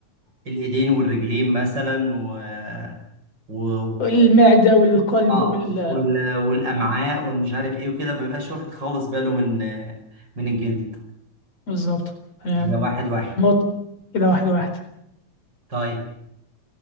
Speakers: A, on the right; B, on the left.
A: الايدين والرجلين مثلا و... و...
B: المعده والقلب
A: اه
B: وال
A: وال... والامعاء
B: آه،
A: والمش عارف ايه وكده ما بيبقاش واخد خالص باله من من الجلد
B: بالظبط تمام
A: كده واحد واحد
B: نقطة كده واحد واحد
A: طيب